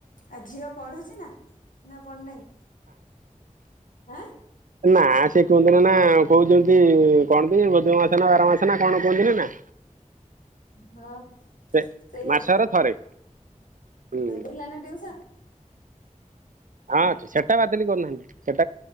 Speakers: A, on the left (about 85°); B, on the right (about 80°).
A: ଆଉ ଝିଅ ପଢୁଛି ନା ନା ପଢୁନାହିଁ। ହଁ।
B: ନା ସେ କୁହନ୍ତି ନା ନା କହୁଛନ୍ତି କଣନ୍ତି ବୋଧ ମାସ ନା ବାର ମାସ ନା କଣ କୁହନ୍ତି ନା ନା।
A: ହଁ
B: ସେ
A: ସେଇୟଆ।
B: ମାସର ଥରେ ହୁଁ
A: ଥିଲା ନା ଟିଉସନ।
B: ହଁ ଅ ସେଟା ବାଦଲି କରୁନାହାନ୍ତି ସେ